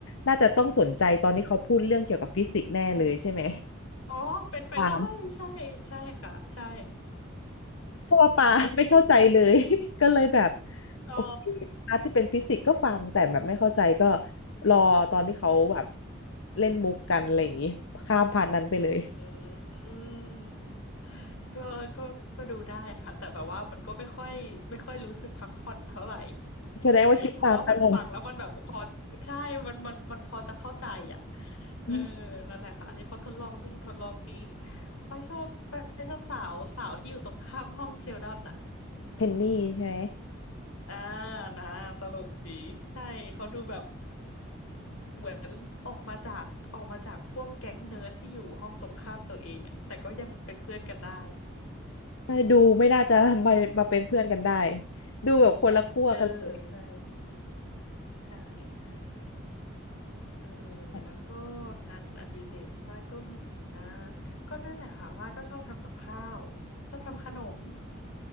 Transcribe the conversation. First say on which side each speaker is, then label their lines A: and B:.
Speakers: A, on the left; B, on the left.
A: น่าจะต้องสนใจตอนที่เขาพูดเรื่องเกี่ยวกับฟิสิกส์แน่เลยใช่ไหม
B: อ๋อเป็นไปได้ใช่ใช่ค่ะใช่
A: ถาม เพราะว่าปาไม่เข้าใจเลย
B: <laughs> ใช่ <laughs>
A: <laughs> ก็เลยแบบ
B: อ๋อ
A: โอเคพาร์ทที่เป็นฟิสิกส์ก็ฟังแต่แบบไม่เข้าใจก็รอตอนที่เขาแบบ
B: เออ
A: เล่นมุกกันอะไรอย่างนี้ข้ามผ่านนั้นไปเลย
B: อืมก็ก็ ก็ดูได้ค่ะแต่แบบว่ามันก็ไม่ค่อยไม่ค่อยรู้สึกพักผ่อนเท่าไหร่ <laughs>
A: แสดงว่าคิดตามตลอด
B: เพราะว่ามันฟังแล้วมันแบบพอใช่มันมันมันพอจะเข้าใจอ่ะเออ
A: อืม
B: นั่นแหละค่ะที่เขาทดลองนู่นทดลองนี่ไปชอบไปชอบสาวสาวที่อยู่ตรงข้ามห้องเชลดอนอ่ะ
A: เพนนี่ใช่ไ
B: อ่านะตลกดีใช่เขาดูแบบเหมือนออกมาจากออกมาจากพวกแก๊งเนิร์ดที่อยู่ห้องตรงข้ามตัวเองอะแต่ก็ยังเป็นเพื่อนกันได้
A: หมดูไม่น่าจะมามาเป็นเพื่อนกันได้ดูแบบคนละขั้วกันเลย
B: เออใช่ใช่ใช่เออ
A: แบบ
B: แล้วก็งานอดิเรกฝ้ายก็มีอีกนะก็นั่นแหละค่ะฝ้ายก็ชอบทำกับข้าวชอบทำขนม